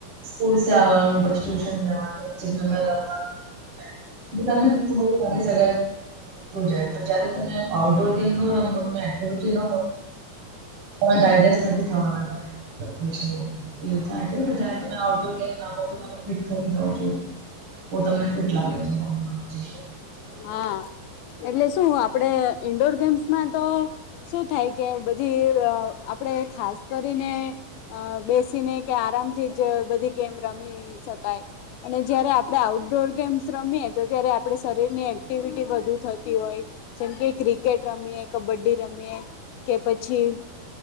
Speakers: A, on the right; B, on the left.
A: સ્કૂલ સે આવવાનું પછી ટ્યુશન જવાનું પછી ગમે રમવાનું દુકાનમાં કેટલું બધું રમી <unintelligible> જાય તો જયારે તમે આઉટડોર ગેમ નો રમો તમે એક્ટિવિટી ન હો પણ ડાયજેસ્ટ નથી થવાના તમે ન એવું થાય છે જ તમે આઉટડોર ગેમો તમે ફિટ થઈ જાવ છો તમને ફિટ લાગે છે.
B: હા એટલે શું આપડે ઈન્ડોર ગેમ્સમાં તો શું થાય કે બધી આપડે ખાસ કરીને અ બેસીને કે આરામથી જ બધી ગેમ રમી શકાય અને જયારે આપડે આઉટડોર ગેમ્સ રમીએ તો ત્યારે આપડે શરીરની એક્ટિવિટી વધું થતી હોય જેમ કે ક્રિકેટ રમીએ, કબડ્ડી રમીએ કે પછી